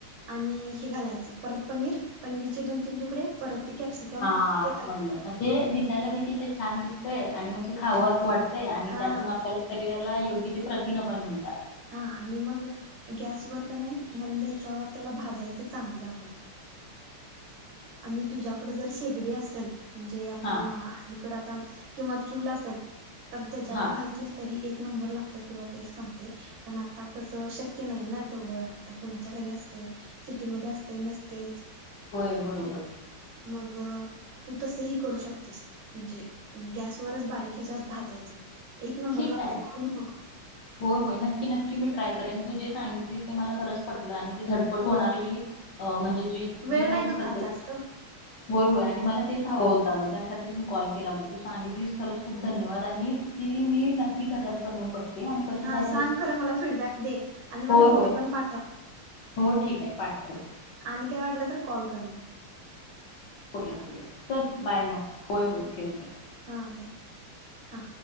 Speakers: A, on the right (about 75°); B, on the left (about 60°).
A: आणि हे घालायचं. परत पनीर पनीरचे दोन तीन तुकडे परत ते कॅप्सिकम
B: हा
A: ते
B: समजलं
A: घालायचं
B: ते दिसायला देखील ते -- छान दिस तयं आणि म खावं असं वाटतंय आणि
A: हा
B: त्यातून आपल्याला शरीरा ला योग्य ते प्रथिन पण मिळतात.
A: हा आणि मग गॅसवर कनि मंद ह्याच्यावर त्याला भाजायचं चांगल आग. आणि तुझ्याकडे जर शेगडी असेल. म्हणजे आपण
B: हा
A: अलीकड आता. किंवा चूल असेल. तर त्याच्यावर
B: हा
A: भाजलीच तरी एक नंबर लाग तर तुला टेस्ट सांगते. पण आताच शक्य नाही ना तेवढं, आता कुणाच्या घरी असतय सिटीमध्ये असतय नसतय.
B: होय बरोबर.
A: मग तू तसही करू शकतीस, म्हणजे गॅसवरच बारीक ह्याच्यात भाजयचं. एक नंबर
B: ठीक
A: लागतय
B: आहे
A: करून बघ.
B: होय होय नक्की नक्की मी ट्राय करेन तू जे सांगितली मला खरच पटलं आणि झटपट होणारी म्हणजे जी
A: वेळ
B: जी काही
A: नाही
B: तू
A: ग
B: पध्दत
A: खात जास्त
B: होय होय आणि मला तेच हवं होत. आगं त्यासाठी मी कॉल केला हो तू सांगितलीस खरच खूप धन्यवाद आणि ते मी नक्की घरात बनवून बघते. आणि कशी
A: हा
B: झाली
A: सांग
B: होती
A: खरं मला फीडबॅक दे आणि मला
B: होय
A: फोटो
B: होय
A: पण पाठव.
B: हो ठीकाय पाठवते.
A: आणि काय वाटलं तर कॉल कर मग.
B: ओके ओके चल बाय मग होय होय ठेव ठे
A: हा बाय हा.